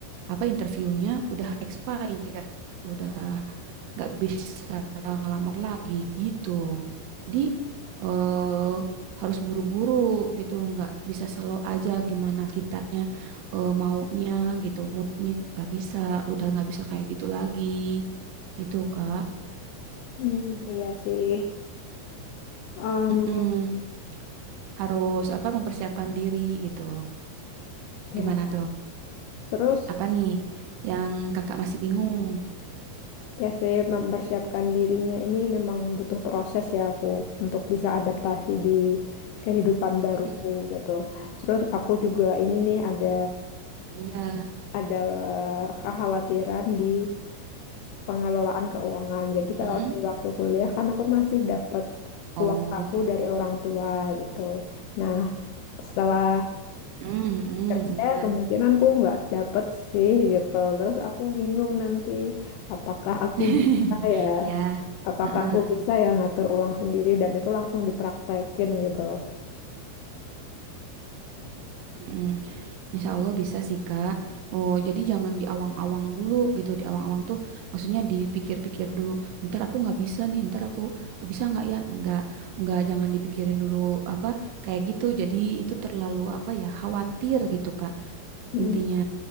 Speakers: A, on the right; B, on the left.
A: apa interviewnya udah expire, udah nggak bisa ngelamar lagi gitu. Jadi eh, harus buru-buru gitu, nggak bisa slow aja gimana kitanya eh, maunya gitu, moodnya nggak bisa, udah nggak bisa kayak gitu lagi gitu Kak.
B: Hmm, iya sih. Em,
A: Mm-mm. Harus apa mempersiapkan diri gitu.
B: ya,
A: Gimana tuh?
B: terus
A: Apa nih yang kakak masih bingung?
B: Ya sih, mempersiapkan dirinya ini memang butuh proses ya aku untuk bisa adaptasi di kehidupan
A: Mm-mm.
B: baruku gitu. Terus aku juga ini nih ada
A: Iya.
B: ada kekhawatiran di pengelolaan keuangan. Jadi
A: Mm-mm.
B: kalau dulu waktu kuliah kan aku masih dapat
A: Oh.
B: uang saku dari orang tua gitu. Nah, setelah
A: Mm-mm. Mm-mm.
B: kerja
A: Iya.
B: kemungkinan kemungkinanku nggak dapet sih gitu. Terus aku bingung nanti apakah aku
A: <laughs>
B: bisa ya
A: Iya.
B: apakah
A: Heeh.
B: aku bisa ya ngatur uang sendiri dan itu langsung dipraktekin gitu.
A: Mm, Insya Allah bisa sih Kak. Oh, jadi jangan diawang awang dulu gitu. diawang awang tuh maksudnya dipikir-pikir dulu. Ntar aku nggak bisa nih, ntar aku bisa nggak ya? Nggak, nggak jangan dipikirin dulu apa kayak gitu. Jadi itu terlalu apa ya khawatir gitu Kak.
B: Mm,
A: Intinya